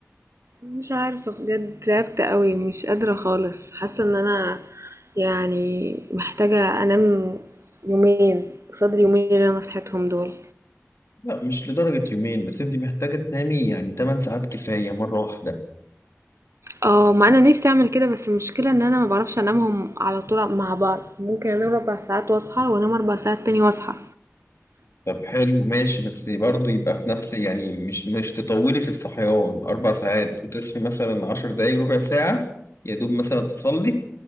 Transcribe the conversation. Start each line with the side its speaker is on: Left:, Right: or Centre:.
Right: مش عارفة بجد تعبت قوي مش قادرة خالص حاسة ان انا يعني محتاجة انام يومين قصاد اليومين اللي انا صحيتهم دول
Left: لا مش لدرجة يومين بس انت محتاجة تنامي يعني 8 ساعات كفاية مرة واحدة.
Right: اه ما انا نفسي اعمل كده بس المشكله ان انا ما بعرفش انامهم على طول مع بعض ممكن انام ربع ساعات واصحى وانام اربع ساعات تاني واصحى
Left: طب حلو ماشي بس برضه يبقى في نفس يعني مش مش تطولي في الصحيان أربع ساعات وتصحي مثلا عشر دقايق ربع ساعة يا دوب مثلا تصلي